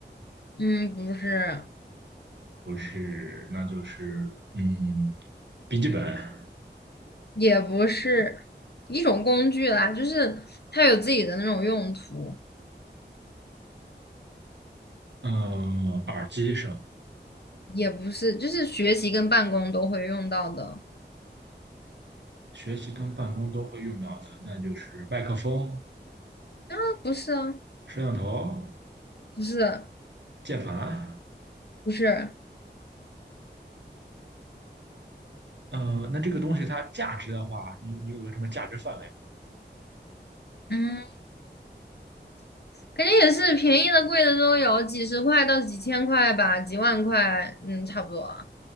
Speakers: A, on the left; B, on the right.
A: 嗯，不是，
B: 不是，那就是，嗯，笔记本，
A: 也不是一种工具啦，就是它有自己的那种用途，
B: 嗯，耳机是吧
A: 也不是，就是学习跟办公都会用到的。
B: 学习跟办公都会用到的，那就是麦克风、
A: 啊，不是啊，
B: 摄像头、
A: 不是，
B: 键盘。
A: 不是，
B: 嗯，那这个东西它价值的话，你你有个什么价值范围？
A: 嗯，肯定也是便宜的、贵的都有，几十块到几千块吧，几万块，嗯，差不多啊